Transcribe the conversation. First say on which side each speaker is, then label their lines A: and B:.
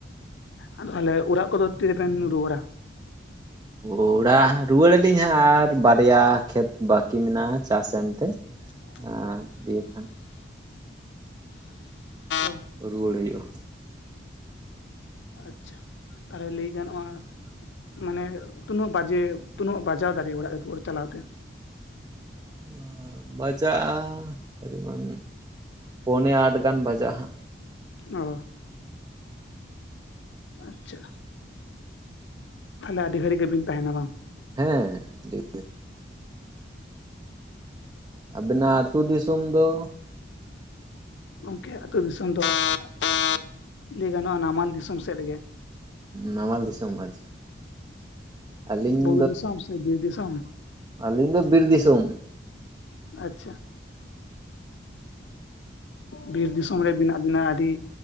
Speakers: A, on the left; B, on the right.
A: ᱟᱫᱚ ᱛᱟᱦᱚᱞᱮ ᱚᱲᱟᱜ ᱠᱚᱫᱚ ᱛᱤᱨᱮᱵᱮᱱ ᱨᱩᱣᱟᱹᱲᱟ
B: ᱚᱲᱟᱜ ᱨᱩᱣᱟᱹᱲ ᱟᱹᱞᱤᱧ ᱦᱟᱜ ᱟᱨ ᱵᱟᱨᱭᱟ ᱠᱷᱮᱛ ᱵᱟᱹᱠᱤ ᱢᱮᱱᱟᱜᱼᱟ ᱪᱟᱥ ᱮᱢ ᱛᱮ
A: <inaudible>
B: <unintelligible>
A: ᱚ
B: ᱨᱩᱣᱟᱹᱲ ᱦᱩᱭᱩᱜᱼᱟ
A: ᱟᱪᱪᱷᱟ, ᱛᱟᱦᱚᱞᱮ ᱞᱟᱹᱭ ᱜᱟᱱᱚᱜᱼᱟ᱾ ᱢᱟᱱᱮ ᱛᱩᱱᱟᱹᱜ ᱵᱟᱡᱮ ᱛᱩᱱᱟᱹᱜ ᱵᱟᱡᱟᱣ ᱫᱟᱲᱮ ᱚᱲᱟᱜ ᱨᱩᱣᱟᱹᱲ ᱪᱟᱞᱟᱣ ᱛᱮ᱾
B: ᱚᱸ ᱵᱟᱡᱟᱜᱼᱟ <inaudible> ᱯᱚᱱᱮ ᱟᱴ ᱜᱟᱱ ᱵᱟᱡᱟᱜᱼᱟ ᱦᱟᱸᱜ᱾
A: ᱚ᱾ ᱟᱪᱪᱷᱟ᱾ ᱛᱟᱦᱟᱞᱮ ᱟᱹᱰᱤ ᱜᱷᱟᱲᱤᱡ ᱜᱮ ᱵᱤᱱ ᱛᱟᱦᱮᱸᱱᱟ ᱵᱟᱝ?
B: ᱦᱮᱸ, ᱰᱤᱯ ᱟᱵᱤᱱᱟᱜ ᱟᱹᱛᱩ ᱫᱤᱥᱚᱢ ᱫᱚ?
A: ᱜᱚᱢᱠᱮ ᱟᱹᱛᱩ ᱫᱤᱥᱚᱢ ᱫᱚ <unintelligible> ᱞᱟᱹᱭ ᱜᱟᱱᱚᱜᱼᱟ ᱱᱟᱢᱟᱞ ᱫᱤᱥᱚᱢ ᱥᱮᱫ ᱜᱮ᱾
B: ᱱᱟᱢᱟᱞ ᱫᱤᱥᱚᱢ ᱠᱚ ᱟᱪᱪᱷᱟ᱾ ᱟᱹᱞᱤᱧ
A: ᱵᱩᱨᱩ ᱫᱤᱥᱚᱢ ᱥᱮ ᱵᱤᱨ ᱫᱤᱥᱚᱢ?
B: ᱟᱞᱤᱧ ᱫᱚ ᱵᱤᱨ ᱫᱤᱥᱚᱢ᱾
A: ᱟᱪᱪᱷᱟ ᱵᱤᱨ ᱫᱤᱥᱚᱢ ᱨᱮ ᱵᱮᱱᱟᱜ ᱵᱮᱱᱟᱜ ᱟᱹᱰᱤ